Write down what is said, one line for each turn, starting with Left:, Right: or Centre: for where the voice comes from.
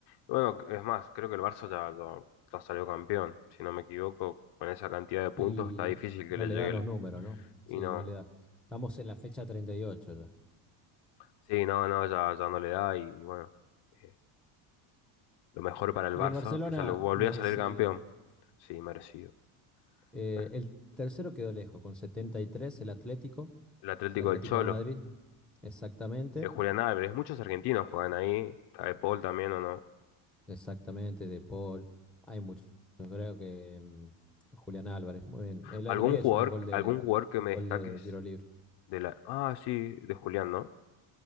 Left: Bueno, es más, creo que el Barça ya, ya- ya salió campeón, si no me equivoco, con esa cantidad de puntos
Centre: Y
Left: está difícil
Centre: no
Left: que le
Centre: le
Left: llegue
Centre: dan
Left: el...
Centre: los números, ¿no?
Left: Y
Centre: Sí,
Left: no,
Centre: no le da. Estamos en la fecha 38 ya.
Left: Sí, no, no, ya, ya no le da y bueno, eh, lo mejor para el
Centre: Y
Left: Barça,
Centre: el Barcelona
Left: que salió, volvió
Centre: merecido.
Left: a salir campeón. Sí, merecido.
Centre: Eh,
Left: Bueno,
Centre: el tercero quedó lejos, con 73 el Atlético,
Left: el Atlético
Centre: el Atlético
Left: del Cholo,
Centre: de Madrid, exactamente,
Left: el Julián Álvarez, muchos argentinos juegan ahí, está de Paul también o no.
Centre: exactamente de Paul. Hay muchos, creo que mm, Julián Álvarez, muy bien. El
Left: ¿Algún
Centre: otro día
Left: jugador,
Centre: es un gol de,
Left: algún jugador que
Centre: un
Left: me
Centre: gol
Left: destaques
Centre: de tiro libre.
Left: de la... Ah, sí, de Julián, ¿no?